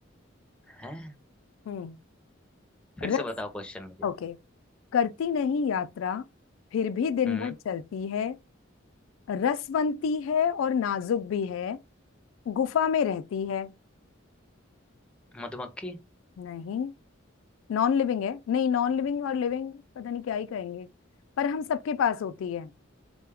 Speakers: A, in the centre; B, on the left.
A: है
B: हम्म
A: फिर
B: रस
A: से बताओ क्वेश्चन मुझे
B: ओके करती नहीं यात्रा फिर भी दिन
A: हम्म
B: भर चलती है रसवंती है और नाजुक भी है गुफा में रहती है
A: मधुमक्खी
B: नहीं नॉन लिविंग है नहीं नॉन लिविंग और लिविंग पता नहीं क्या ही कहेंगे पर हम सबके पास होती है